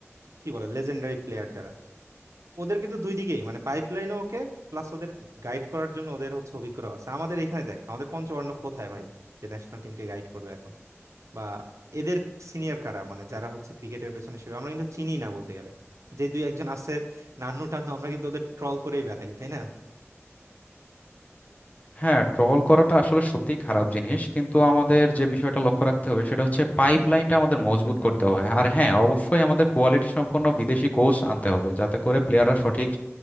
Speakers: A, on the right; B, on the left.
A: কি বলে লেজেন্ডারি প্লেয়ার যারা ওদের কিন্তু দুই দিকেই মানে পাইপ লাইনে ওকে প্লাস ওদের গাইড করার জন্য ওদের হচ্ছে অভিজ্ঞতা আছে আমাদের এখানে দেখ আমাদের পঞ্চপাণ্ডব কোথায় ভাই যে ন্যাশনাল টিমকে গাইড করবে এখন বা এদের সিনিয়র কারা মানে যারা হচ্ছে ক্রিকেটের পেছনে সেভাবে আমরা কিন্তু চিনি না বলতে গেলে যে দুই একজন আছে নান্নু টান্নু আমরা কিন্তু ওদের ট্রল করেই বেড়াই তাই না
B: হ্যাঁ ট্রল করাটা আসলে সত্যিই খারাপ জিনিস কিন্তু আমাদের যে বিষয়টা লক্ষ্য রাখতে হবে সেটা হচ্ছে পাইপ লাইনটা আমাদের মজবুত করতে হবে আর হ্যাঁ অবশ্যই আমাদের কোয়ালিটি সম্পন্ন বিদেশি কোচ আনতে হবে যাতে করে প্লেয়াররা সঠিক